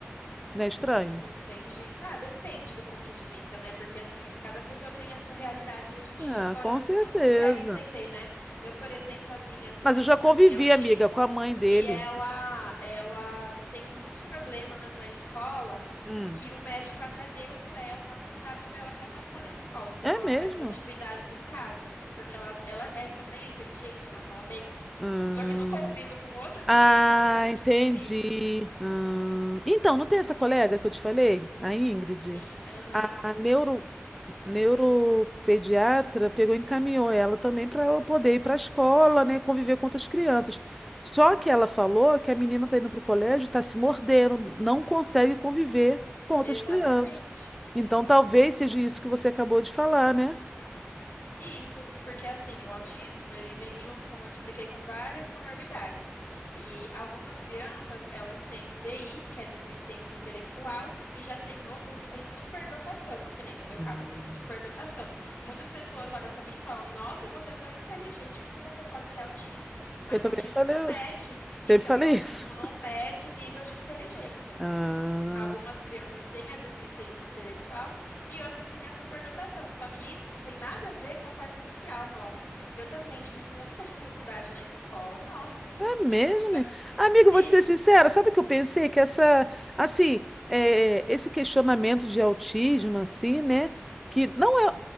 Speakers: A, in the centre; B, on the left.
A: né? Estranho.
B: Entendi. Ah, depende do ponto de vista, né? Porque assim, cada pessoa tem a sua realidade e a gente
A: Ah,
B: de fora
A: com
B: às vezes
A: certeza.
B: não consegue entender, né? Eu, por exemplo, a minha sobrinha
A: Mas eu já
B: também
A: convivi,
B: é autista
A: amiga, com a mãe dele.
B: e ela ela tem muitos problemas na escola
A: Hum.
B: que o médico até deu para ela um atestado para ela se afastar da escola. Então
A: É
B: ela
A: mesmo?
B: faz as atividades em casa, porque ela ela é também é inteligente, ela fala bem.
A: Hum.
B: Só que no convívio com outras
A: Ah,
B: crianças, ela
A: entendi.
B: entra em crise.
A: Hum. Então, não tem essa colega que eu te falei? A Ingrid?
B: Sim, aham,
A: A neuro, neuropediatra pegou e encaminhou ela também para ela poder ir para a escola, né, conviver com outras crianças. Só que ela falou que a menina está indo para o colégio, está se mordendo, não consegue conviver com outras
B: exatamente.
A: crianças. Então,
B: Então
A: talvez seja isso que você acabou de falar, né?
B: Isso, porque assim, o autismo, ele vem junto, como eu expliquei, com várias comorbidades. E algumas crianças, elas têm DI, que é deficiência intelectual, e já tem outras que têm superdotação, que nem no meu
A: Hum.
B: caso, eu tenho superdotação. Muitas pessoas olham para mim e falam: "Nossa, você é tão inteligente, como você pode ser autista?" Mas
A: Eu também
B: autismo
A: falei,
B: não mede,
A: sempre
B: então,
A: falei
B: autismo
A: isso.
B: não mede nível de inteligência.
A: Ah.
B: Algumas crianças têm a deficiência intelectual e outras têm a superdotação. Só que isso não tem nada a ver com a parte social, nossa. Eu também tive muita dificuldade na escola. Nossa, foi muito
A: É mesmo,
B: difícil.
A: né?
B: Só que,
A: Amiga,
B: sim,
A: eu vou te ser sincera, sabe o que eu pensei? Que essa, assim, é, esse questionamento de autismo, assim, né? Que não é,